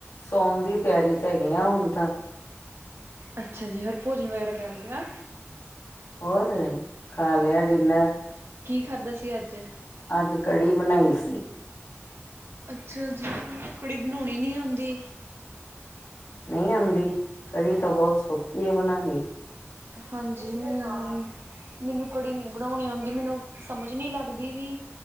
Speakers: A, on the left; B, on the right.
A: ਸੌਉਣ ਦੀ ਤਿਆਰੀ ਚ ਹੈਗੇ ਆ ਹੁਣ ਤਾਂ
B: ਅੱਛਾ ਜੀ ਹੋਰ ਭੋਜਨ ਵਗੈਰਾ ਕਰ ਰਿਹਾ
A: ਹੋਰ ਖਾ ਲਿਆ ਡਿਨਰ
B: ਕੀ ਖਾਧਾ ਸੀ ਅੱਜ
A: ਅੱਜ ਕੜੀ ਬਣਾਈ ਸੀ
B: ਅੱਛਾ ਜੀ, ਕਕੜੀ ਬਣਾਉਣੀ ਨੀ ਆਉਂਦੀ?
A: ਨਈਂ ਆਂਦੀ? ਕੜੀ ਤਾਂ ਬਹੁਤ ਸੌਖੀ ਏ ਬਨਾਣੀ।
B: ਹਾਂਜੀ, ਮੈਨੂੰ ਮੈਨੂੰ ਕੜੀ ਨੀਂ ਬਣਾਉਣੀ ਆਉਂਦੀ, ਮੈਨੂੰ ਸਮਝ ਨੀਂ ਲੱਗਦੀ ਵੀ